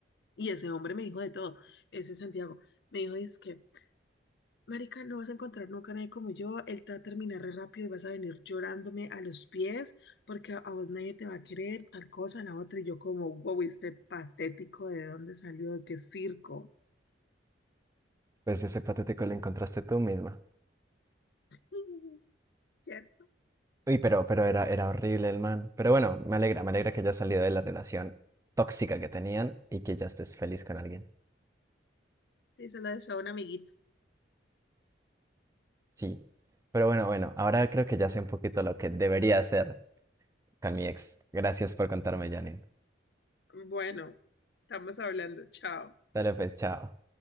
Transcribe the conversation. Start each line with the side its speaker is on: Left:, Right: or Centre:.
Left: Y ese hombre me dijo de todo, ese Santiago, me dijo, es que Marica, no vas a encontrar nunca a nadie como yo. Él te va a terminar re rápido y vas a venir llorándome a los pies porque a, a vos nadie te va a querer, tal cosa, la otra. Y yo como, wow, este patético, ¿de dónde salió? ¿De qué circo?
Right: Pues ese patético lo encontraste tú misma.
Left: <laughs> ¿Cierto?
Right: Uy, pero, pero era, era horrible el man. Pero bueno, me alegra, me alegra que hayas salido de la relación tóxica que tenían y que ya estés feliz con alguien.
Left: Sí, se lo deseo a un amiguito.
Right: Sí. Pero bueno, bueno, ahora creo que ya sé un poquito lo que debería hacer con mi ex. Gracias por contarme, Janine.
Left: Bueno, estamos hablando. Chao.
Right: Dale pues, chao.